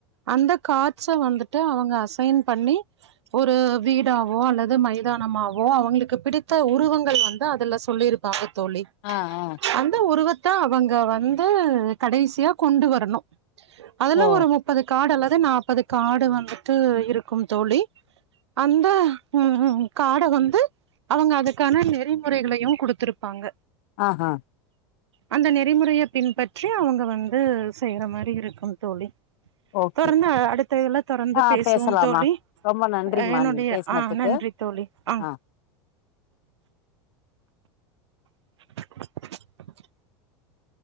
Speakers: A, on the right; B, on the left.
A: அந்த கார்ட்ஸு வந்துட்டு அவங்க அசைன் பண்ணி ஒரு வீடாவோ அல்லது மைதானமாவோ அவுங்ளுக்கு பிடித்த உருவங்கள் வந்து அதுல சொல்லிரு ப்பாங்க தோழி
B: ஆ ஆ
A: அந்த உருவத்த அவங்க வந்து கடைசியா கொண்டு வரனு அதுல
B: ஓ
A: ஒரு அது கார்டு அளவு நாப்பது கார்டு வந்துட்டு இருக்கும் தோழி அந்த ம் ம் கார்ட வந்து அவங்க அதுக்கான நெறிமுறைகளையு குடுத்துருப்பாங்க
B: ஆஹா
A: அந்த நெறிமுறையை பின்பற்றி அவங்க வந்து செய்யற மாரி இருக்கும் தோழி <inaudible>
B: ஓகே
A: தொடர்ந்து அடுத்த இதுல தொடர்ந்து
B: ஆ
A: பேசுவோம்
B: பேசலாமா
A: தோழி
B: ரொம்ப நன்றிமா
A: என்னுடைய
B: நீங்க பேசுனதுக்கு
A: ஆ நன்றி தோழி ம்
B: ஆ
A: <inaudible>